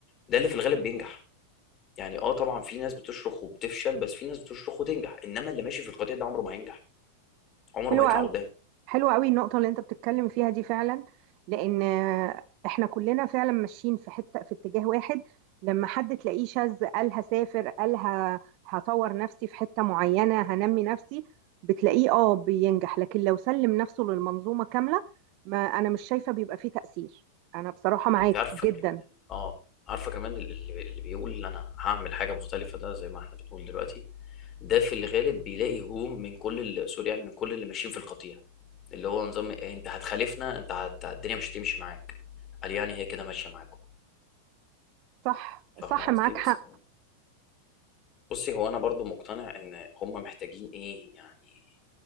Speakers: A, on the left; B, on the right.
A: ده اللي في الغالب بينجح يعني اه طبعا في ناس بتشرخ وبتفشل بس في ناس بتشرخ وتنجح انما اللي ماشي في القطيع ده عمره ما هينجح عمره
B: حلوة
A: ما هيطلع
B: قوي
A: قدام
B: حلوة قوي النقطة اللي انت بتتكلم فيها دي فعلا لان آه، احنا كلنا فعلا ماشيين في حتة في اتجاه واحد لما حد تلاقيه شاذ قال هسافر قال ه- هطور نفسي في حتة معينة هنمي نفسي بتلاقيه اه بينجح لكن لو سلم نفسه للمنظومة كاملة ما انا مش شايفة بيبقى فيه تأثير انا بصراحة معاك
A: انت عارفه
B: جدا
A: كمان اه عارفه كمان اللي اللي بيقول انا هعمل حاجه مختلفه ده زي ما احنا بنقول دلوقتي ده في الغالب بيلاقي هجوم من كل ال- سوري يعني من كل اللي ماشيين في القطيع اللي هو نظام إيه، انت هتخالفنا انت هت... الدنيا مش هتمشي معاك قال يعني هي كده ماشيه معاكم
B: صح صح
A: فاهم قصدي
B: معاك
A: بس
B: حق
A: بصي هو انا برضو مقتنع ان هم محتاجين ايه يعني